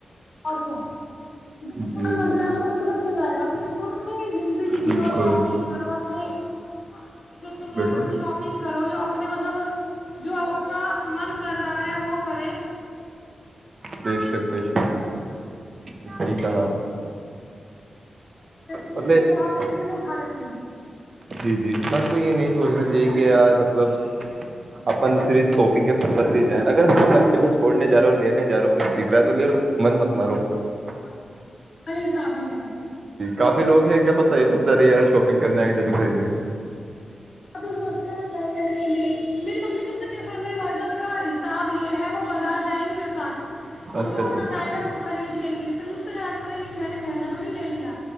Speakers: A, on the left (about 60°); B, on the right (about 55°).
A: اور کیا ج
B: جی
A: بار مرض آ گا تو اس کے ہے ل آیا آپ یہ <unintelligible> کلتی <unintelligible> نی زندگی
B: بالکل
A: جیو شاپنگ کرو اپنےتے
B: بیٹا
A: شاپنگ کرو اپنے مطلب جو آپ کا من کر رہا ہے وہ کرے
B: بے شک بےشک یہ صی کہا آپ نے
A: اچھ ایسے میں
B: مطلب
A: جو یہاں پہ میںلیے وہ اٹھا لیتی ہوں
B: جی جی انسان کو یہ نہیں سوچنا چاہیے کہ یار مطلب اپن صرف ساپنگ کے پرپز سے جائے اگر ہ بچے کو چھوڑنے جا رہا ہو لینے جا رہا ہو کچھ دکھ رہا ہے تو لے لو من مت مارو اپنا
A: جی جی ہاں ہاں <inaudible> کمابہ میرا <unintelligible>
B: کافی لوگ ہیں کیا پت یہ سوچتا رہی یار ساپنگ کرنے آئے جب بھی خریدیں گ
A: ابھی سوچتے ہے نہیں نہیں میری ممی س میری وردہ کا حساب یہ ہے وہ بازار جائیں گی میرے ساتھ ان
B: اچھا
A: کو
B: اچھا
A: پسند آئے گا وہ خرید لیں گی پھر مجھ سے خیال کریں گی میں نے مہنگا تو نہیں لے لیا